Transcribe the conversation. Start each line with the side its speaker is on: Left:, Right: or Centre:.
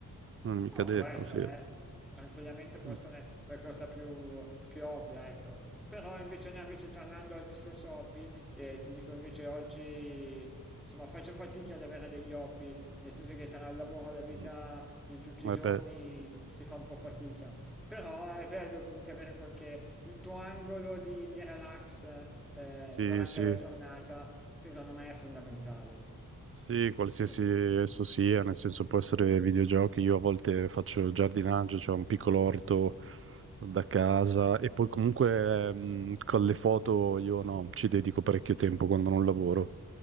Right: Non è mica
Centre: No,
Right: detto,
Centre: può essere,
Right: sì.
Centre: eh. Tranquillamente può
Right: Mm.
Centre: essere la cosa più, più ovvia, ecco. Però invece, no, invece tornando al discorso hobby, eh, ti dico invece oggi, insomma, faccio fatica ad avere degli hobby, nel senso che tra il lavoro e la vita
Right: Mm.
Centre: di tutti
Right: Eh
Centre: i giorni
Right: beh,
Centre: si fa un po' fatica. Però è bello comunque avere qualche, il tuo angolo di, di relax, eh,
Right: sì,
Centre: durante
Right: sì.
Centre: la giornata, secondo me è fondamentale.
Right: Sì, qualsiasi
Centre: Così.
Right: esso sia, nel senso può essere videogiochi, io a volte faccio giardinaggio, cioè un piccolo orto da casa e poi comunque mh, con le foto io no, ci dedico parecchio tempo quando non lavoro